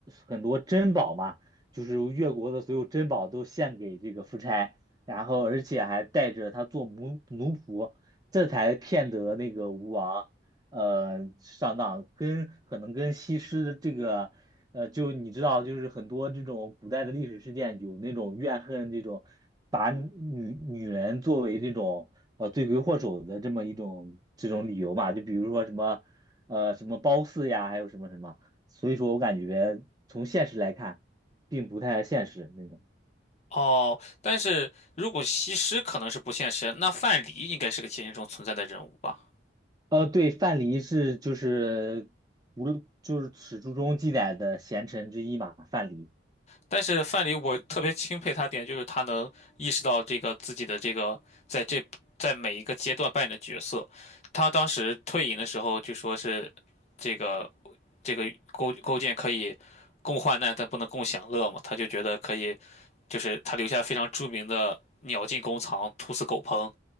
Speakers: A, on the right; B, on the left.
A: 很多珍宝嘛，就是越国的所有珍宝都献给这个夫差，然后而且还带着他做奴奴仆，这才骗得那个吴王，呃，上当，跟可能跟西施的这个，呃，就你知道，就是很多这种古代的历史事件有那种怨恨这种，把女女人作为这种。呃罪魁祸首的这么一种这种理由嘛，就比如说什么呃什么褒姒呀，还有什么什么，所以说我感觉从现实来看，并不太现实那种。
B: 哦，但是如果西施可能是不现实，那范蠡应该是个现实中存在的人物吧？
A: 呃，对，范蠡是就是无论就是史书中记载的贤臣之一嘛，范蠡。
B: 但是范蠡，我特别钦佩他点就是他能意识到这个自己的这个在这在每一个阶段扮演的角色。他当时退隐的时候就说是这个这个勾勾践可以共患难，但不能共享乐嘛。他就觉得可以，就是他留下非常著名的“鸟尽弓藏，兔死狗烹”，